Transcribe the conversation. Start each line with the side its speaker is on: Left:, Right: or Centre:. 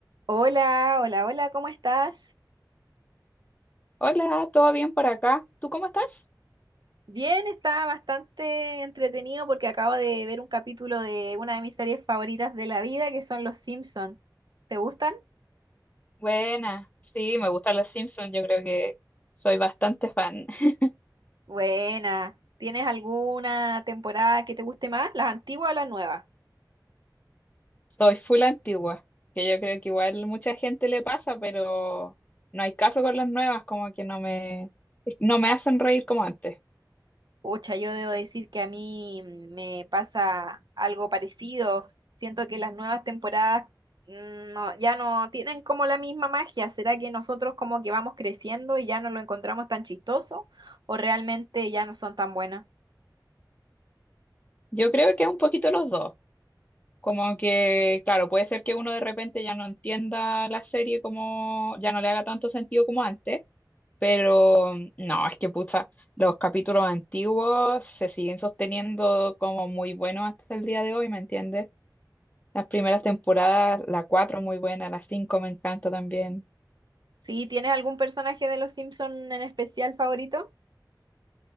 Right: Hola, hola, hola, ¿cómo estás?
Left: Hola, ¿todo bien por acá? ¿Tú cómo estás?
Right: Bien, está bastante entretenido porque acabo de ver un capítulo de una de mis series favoritas de la vida, que son Los Simpson. ¿Te gustan?
Left: Buena, sí, me gustan los Simpsons, yo creo que soy bastante fan. <laughs>
Right: Buena. ¿Tienes alguna temporada que te guste más? ¿Las antiguas o las nuevas?
Left: Soy full antigua, que yo creo que igual mucha gente le pasa, pero no hay caso con las nuevas, como que no me, no me hacen reír como antes.
Right: Pucha, yo debo decir que a mí me pasa algo parecido. Siento que las nuevas temporadas mm, no, ya no tienen como la misma magia. ¿Será que nosotros como que vamos creciendo y ya no lo encontramos tan chistoso o realmente ya no son tan buenas?
Left: Yo creo que es un poquito los dos, como que, claro, puede ser que uno de repente ya no entienda la serie como, ya no le haga tanto sentido como antes Pero no, es que pucha, los capítulos antiguos se siguen sosteniendo como muy buenos hasta el día de hoy, ¿me entiendes? Las primeras temporadas, la 4 muy buena, la 5 me encanta también.
Right: Sí, ¿tienes algún personaje de los Simpson en especial favorito?